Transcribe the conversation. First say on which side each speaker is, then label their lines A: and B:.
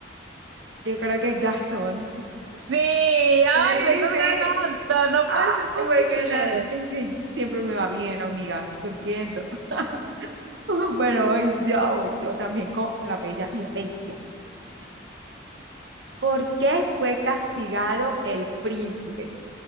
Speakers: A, on the right; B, on the right.
A: Yo creo que es Gastón.
B: Sí, ay,
A: Sí,
B: me estás
A: sí.
B: ganando, no
A: Ay,
B: puede ser posible.
A: voy ganando. Es que yo- siempre me va bien, amiga. Lo siento. <laughs> bueno hoy yo, voy yo también con La Bella y la Bestia. ¿Por qué fue castigado el príncipe?